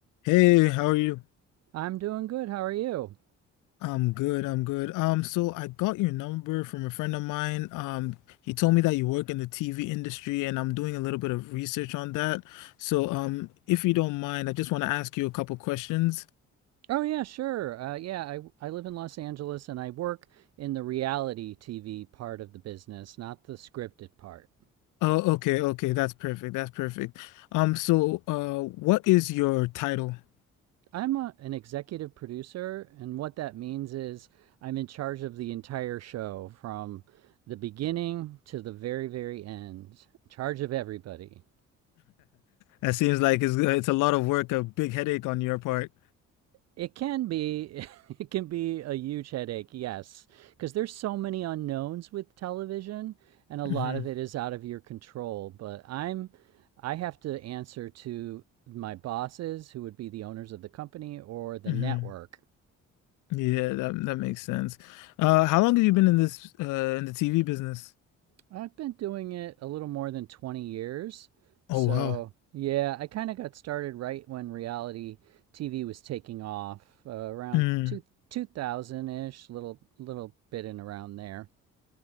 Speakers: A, on the left (about 90°); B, on the right (about 60°).
A: Hey, how are you?
B: I'm doing good. How are you?
A: I'm good, I'm good. Um, so I got your number from a friend of mine. Um, he told me that you work in the TV industry and I'm doing a little bit of research on that. So, um, if you don't mind, I just want to ask you a couple questions.
B: Oh, yeah, sure. Uh, yeah, I, I live in Los Angeles and I work in the reality TV part of the business, not the scripted part.
A: Oh, okay, okay, that's perfect. That's perfect. Um, so, uh, what is your title? <laughs>
B: I'm a, an executive producer, and what that means is I'm in charge of the entire show from the beginning to the very, very end, in charge of everybody.
A: That seems like it's uh, it's a lot of work, a big headache on your part.
B: It can be <laughs> it can be a huge headache, yes, because there's so many unknowns with television and a lot
A: hmm
B: of it is out of your control, but I'm I have to answer to my bosses who would be the owners of the company or the
A: hmm
B: network.
A: Yeah, that that makes sense. Uh, how long have you been in this uh in the TV business?
B: I've been doing it a little more than 20 years. So,
A: Oh wow.
B: yeah, I kind of got started right when reality TV was taking off, uh, around
A: Mm,
B: two, 2000-ish, little little bit in around there.